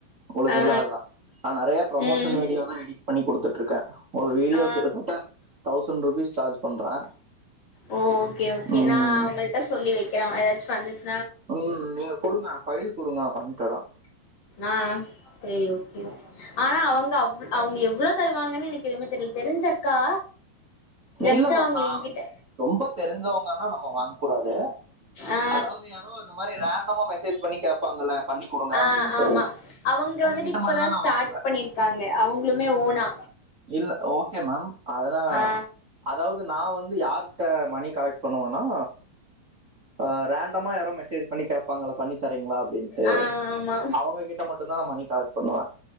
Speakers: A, on the right (about 80°); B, on the left (about 40°).
A: உங்களுக்கு
B: ஆ
A: இல்லாததா நா நெறைய ப்ரமோஷன்
B: ம்
A: வீடியோதா எடிட் பண் ண்ணி குடுத்துட்ருக்கே ஒரு வீடியோ
B: ஆ
A: கிட்டத்தட்ட தௌசண்ட் ருபீஸ் சார்ஜ் பண்றே
B: ஓ ஓகே ஓகே
A: ம்
B: நா அவுங்கள்ட்ட சொல்லி வைக்கிறே ஏதாச்சும் வந்துச்
A: உம் நீங்க குடுங்க ஃபைல் குடுங்க பண்ணித்தறோம்
B: ஆஹ் செரி ஓகே ஆனா அவங்க அவ் அவங்க எவ்ளவு தருவாங்கன்னு எனக்கு எதுமே தெரியல தெரிஞ்சக்கா ஜஸ்ட்
A: இல்ல மேம்
B: அவங்க
A: நா
B: என்கிட்ட
A: ரொம்ப தெரிஞ்சவங்கன்னா நம்ம வாங்க கூடாது
B: ஆ
A: அதாவது யாரோ இந்த மாரி ரேண்டமா மெசேஜ் பண்ணி கேப்பாங்கல்ல பண்ணி குடுங்க
B: ஆஹ்
A: அப்டின்ட்டு
B: ஆமா அவங்க வந்துட்டு
A: கிட்ட
B: இப்பதான்
A: மட்டு தா நா
B: ஸ்டார்ட்
A: வாங்குவே
B: பண்ணிருக்காங்க அவங்களுமே ஓனா
A: இல்ல ஓகே மேம்அததா அத
B: ஆ
A: அதாவது நான் வந்து யாரிட்ட மணி கலெக்ட் பண்ணுவேனா ஆஹ ரண்டமா யாரோ மெசஜ் பண்ணி கேப் பாங்கள் பண்ணி தரிங்களா அப்டின்ட்டு
B: ஆ ஆமா
A: அவங்க கிட்ட மட்டும் தான் மணி கலெக்ட் பண்ணுவேன்